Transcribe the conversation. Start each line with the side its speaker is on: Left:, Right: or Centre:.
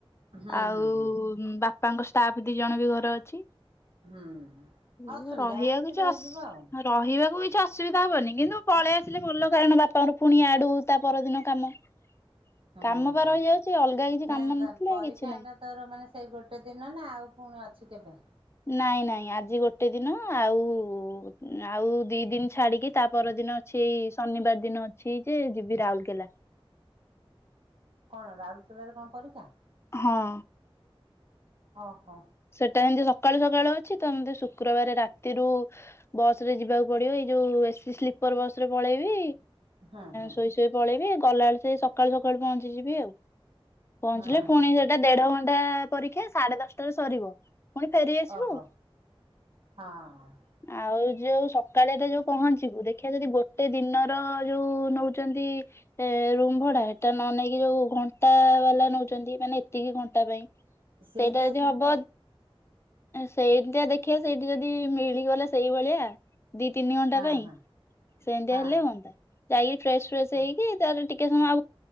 Right: ହୁଁ
Left: ଆଉ
Right: ହୁଁ ହୁଁ
Left: ବାପାଙ୍କ ଷ୍ଟାଫ ଦି ଜଣ ବି ଘର ଅଛି।
Right: ହୁଁ
Left: ଉଁ
Right: ଅସୁବିଧା
Left: ରହିବାକୁ
Right: ହେଲେ ଏଠି
Left: କିଛି
Right: ରହିଯିବ
Left: ଅସ
Right: ଆଉ।
Left: ରହିବାକୁ କିଛି ଅସୁବିଧା ହବନି କିନ୍ତୁ ପଳେଇ ଆସିଲେ ଭଲ କାରଣ ବାପାଙ୍କର ପୁଣି ଆଡୁ ତା ପରଦିନ କାମ।
Right: ହୁଁ <unintelligible>
Left: କାମ ବା ରହିଯାଉଛି ଅଲଗା କିଛି କାମ ନଥିଲେ
Right: ପରୀକ୍ଷା
Left: କିଛି ନାହିଁ।
Right: ଟା ତୋର ମାନେ ସେଇ ଗୋଟେ ଦିନ ନା ଆଉ ପୁଣି ଅଛି କେବେ?
Left: ନାଇଁ ନାଇଁ ଆଜି ଗୋଟେ ଦିନ ଆଉ ଆଉ ଦି ଦିନ ଛାଡିକି ତା ପରଦିନ। ସେଇ ଶନିବାର ଦିନ ଅଛି ଯେ ଯିବି ରାଉରକେଲା।
Right: କଣ ରାଉଲକେଲାରେ କଣ ପରୀକ୍ଷା?
Left: ହଁ।
Right: ଅ ହୋ।
Left: ସେଟା ଏମିତି ସକାଳୁ ସକାଳୁ ଅଛି ତମତି ଶୁକ୍ରବାର ରାତିରୁ ବସ ରେ ଯିବାକୁ ପଡିବ ଏଇ ଯୋଉ ଏ ସିି ସ୍ଲିପର ବସ ରେ ପଳେଇବି।
Right: ହୁଁ ହୁଁ
Left: ଶୋଇ ଶୋଇ ପଳେଇବି ଗଲାବେଳେ ସେଇ ସକାଳୁ ସକାଳୁ ପହଞ୍ଚିଯିବି ଆଉ। ପହଞ୍ଚିଲେ
Right: ହୁଁ।
Left: ପୁଣି ସେଟା ଦେଢ ଘଣ୍ଟା ପରୀକ୍ଷା ସାଢେ ଦଶଟାରେ ସରିବ। ପୁଣି ଫେରି ଆସିବୁ
Right: ଓହୋ
Left: ଆଉ।
Right: ହଁ
Left: ଆଉ ଯୋଉ ସକାଳେ ତ ଯୋଉ ପହଞ୍ଚିବୁ ଦେଖିବା ଯଦି ଗୋଟେ ଦିନର ଯୋଉ ନଉଚନ୍ତି ଏ ରୁମ ଭଡା ହେଟା ନ ନେଇେଇକି ଯୋଉ ଘଣ୍ଟା ବାଲା ନଉଚନ୍ତି ମାନେ ଏତିକି ଘଣ୍ଟା ପାଇଁ।
Right: ସେନ୍ଦିଆ
Left: ସେଇଟା ଯଦି ହବ ସେଇଠା ଦେଖିଆ ସେଇଠି ଯଦି ମିଳିଗଲା ସେଇଭଳିଆ ଦି ତିନି ଘଣ୍ଟା
Right: ହଁ
Left: ପାଇଁ
Right: ହଁ।
Left: ସେମିତିଆ
Right: ହଁ
Left: ହେଲେ ହୁଅନ୍ତା ଯାଇକି ଫ୍ରେସ ଫ୍ରେଶ
Right: ହଁ
Left: ହେଇକି ତାଲେ ଟିକେ ସମୟ ଆ